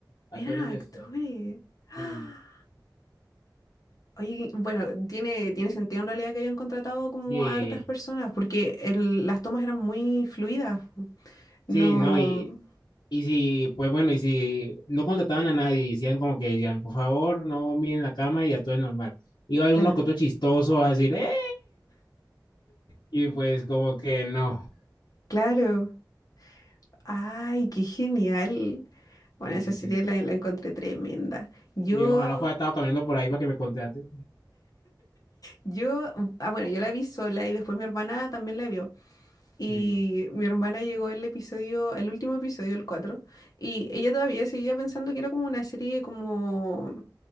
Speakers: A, on the left; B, on the left.
A: actores
B: Eran
A: este.
B: actores. <gasps> ¡Ah!
A: Sí,
B: Oye, bueno, tiene, tiene sentido en realidad que hayan contratado como
A: sí, eh,
B: a hartas personas, porque el- las tomas eran muy fluidas. No.
A: sí, no, y, y si, pues bueno, y si no contrataban a nadie y decían como que decían, por favor, no miren la cama y actúen normal. Iba a haber
B: Claro.
A: uno que otro chistoso a decir, ¡eh! Y pues como que no.
B: Claro. Ay, qué genial. Bueno,
A: Sí,
B: esa
A: sí,
B: serie
A: sí.
B: la, la encontré tremenda. Yo,
A: sí ojalá fuera estado caminando por ahí para que me contrate.
B: yo, ah, bueno, yo la vi sola y después mi hermana también la vio. Y
A: Sí,
B: mi hermana llegó el episodio, el último episodio, el 4 y ella todavía seguía pensando que era como una serie como,